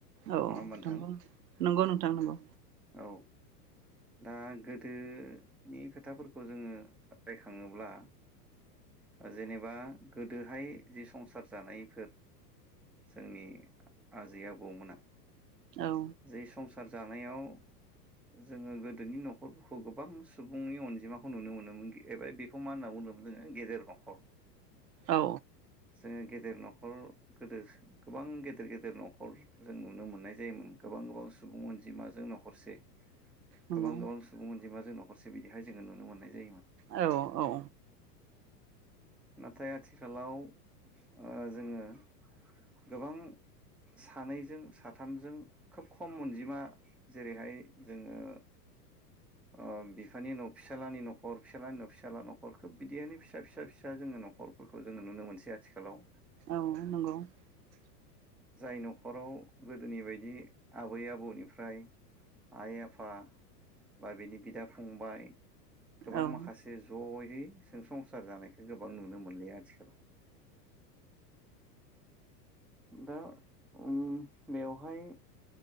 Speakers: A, on the right (about 80°); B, in the centre.
A: औ
B: नङा होमबा नोंथां?
A: थंगौ नंगौ नोंथां नंगौ
B: औ दा गोदोनि खोथाफोरखौ जोङो रायखाङोब्ला जेनेबा गोदोहाय जि संसार जानायफोर जोंनि आजै आबौमोना
A: औ
B: जै संसार संसार जानायाव जोङो गोदोनि न'खरफोरखौ गोबां सुबुंनि अनजिमाखौ नुनो मोनोमोन एब बेखौ मा होनना बुंदोंमोन जोङो गेदेर न'खर
A: औ
B: जोंङो गेदेर न'खर गोदो गोबां गेदेर गेदेर न'खर जों नुनो मोननाय जायोमोन गोबां गोबां सुबुं अनजिमाजों न'खरसे ।
A: नंगौ
B: गोबां गोबां सुबुं अनजिमा जों न'खरसे बिदिहाय जो नुनो मोननाय जायोमोन ।
A: औ औ
B: नाथाय आथिखालाव ओ जोंङो गोबां सानैजों साथामजों खोब खम अनजिमा जेरैहाय जोंङो ओ बिफानि न' फिसालानि न'खर फिसालानि न' फिसाला न'खर खोब बिदिहायनो फिसा फिसा फिसा जोंंङो न'खरफोरखौ जोंङो नुनो मोनसै । आथिखालाव
A: औ नंगौ ।
B: जाय न'खराव गोदोनि बायदि आबै आबौनिफ्राय आइ आफा बा बिनि बिदा फंबाय गोबां
A: औ
B: माखासे ज'है जों संसार जानायखौ गोबां नुनो मोनलिया आथिखालाव । दा बेवहाय